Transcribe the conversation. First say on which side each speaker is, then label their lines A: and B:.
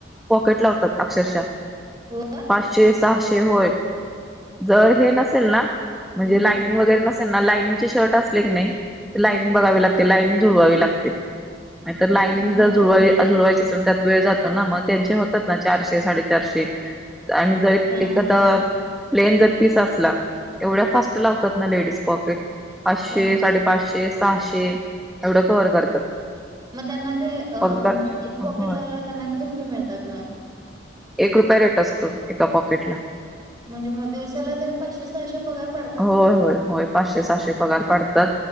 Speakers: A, in the centre; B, on the right.
A: पॉकेट लावतात अक्षरशा
B: हो
A: पाचशे सहाशे होय. जर हे नसेल ना म्हणजे
B: हम्म
A: लायनिंग वगैरे नसेल ना लायनिंगचे शर्ट असले की नाही तर लायनिंग
B: हम्म
A: बघावी लागते लायनिंग जुळवावी लागते नाही तर लायनिंग
B: हम्म हम्म
A: जर जुळवावी
B: हम्म
A: जुळवायची असेल तर त्या वेळ जातो ना मग त्यांचे होतात ना चारशे साडे चारशे जरी
B: हा
A: एखाद
B: हा
A: प्लेन जर पीस असला एवढ्या फास्ट लावतात ना लेडीज पॉकेट पाचशे
B: हा
A: साडेपाचशे सहाशे एवढं कव्हर करतात.
B: मग त्यांना तेअ
A: पगार
B: म्हणजे एक पॉकेट
A: होय
B: लावल्यावर त्यांना किती रुपये मिळतात मग?
A: एक रुपया रेट असतो एका पॉकेट ला,
B: म्हणजे मग दिवसाला तरी पाचशे सहाशे पगार पडतातच
A: होय
B: की
A: होय होय पाचशे सहाशे पगार पाडतात